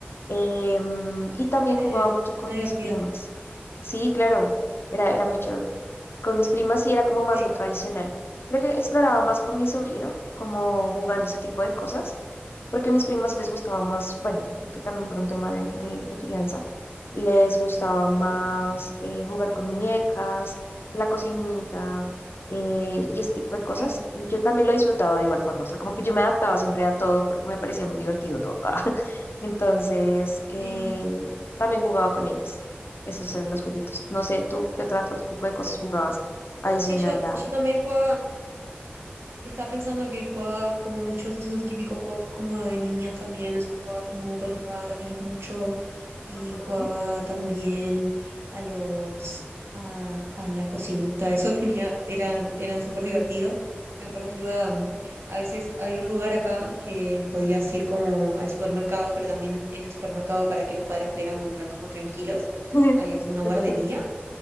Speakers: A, on the left; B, on the right.
A: Em, y también
B: Tiene
A: jugaba mucho
B: pinta
A: con
B: divertida.
A: mis primas. Sí, claro, era, era muy chévere. Con mis primas sí era como
B: Ok,
A: más lo tradicional. Creo que exploraba más con mi sobrino, como jugando ese tipo de cosas porque a mis primas les gustaba más, bueno, creo que también por un tema de, de- de crianza, les gustaba más eh, jugar con muñecas, la cocinita eh, y ese tipo de cosas.
B: claro.
A: Y yo también lo disfrutaba de igual forma, o sea, como que yo me adaptaba siempre a todo porque me parecía muy divertido todo. <laughs> Entonces, eh,
B: Sí,
A: también jugaba con ellas. Esos eran los jueguitos. No sé, tú qué otro, otro tipo de cosas jugabas adicional
B: no, sí, yo,
A: a...
B: yo también jugaba, estaba pensando que jugaba como muchos de esos típicos juegos como de niñas también, o sea, jugaba como con las Barbies mucho y
A: Ujú.
B: jugaba también a los, a, a la cocinita, eso <laughs> tenía, era, eran súper divertidos. Me acuerdo que iba, mm, a veces había un lugar acá que podías ir como al supermercado, pero también en el supermercado para que los padres pudieran comprar como tranquilos,
A: <laughs>
B: había como una guardería
A: Ok,